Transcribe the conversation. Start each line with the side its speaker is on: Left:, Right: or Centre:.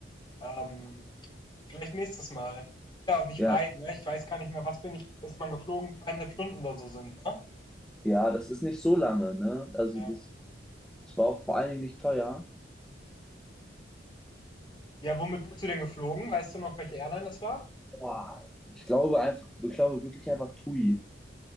Left: ähm, vielleicht nächstes Mal. Ist ja auch nicht
Centre: Ja,
Left: weit, ne? Ich weiß gar nicht mehr, was bin ich, ist man geflogen? Zweieinhalb Stunden oder so sind's, ne?
Centre: ja, das ist nicht so lange, ne? Also
Left: Ja.
Centre: das, das war auch vor allen Dingen nicht teuer.
Left: Ja, womit bist du denn geflogen? Weißt du noch, welche Airline das war?
Centre: Boah. Ich glaube einfach, ich glaube wirklich einfach Tui.